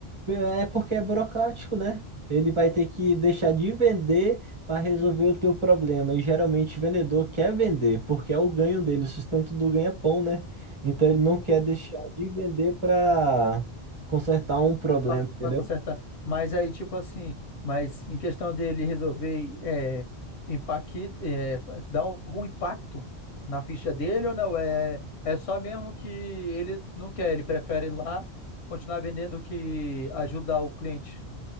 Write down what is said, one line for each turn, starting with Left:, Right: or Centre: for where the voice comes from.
Right: É porque é burocrático, né? Ele vai ter que deixar de vender para resolver o teu problema. E geralmente o vendedor quer vender, porque é o ganho dele, o sustento do ganha-pão, né? Então ele não quer deixar de vender para consertar um problema,
Left: Pra,
Right: entendeu?
Left: pra consertar. Mas aí, tipo assim, mas em questão dele resolver é, impacti- é, dar algum impacto na ficha dele ou não? É, é só mesmo que ele não quer, ele prefere ir lá continuar vendendo que ajudar o cliente.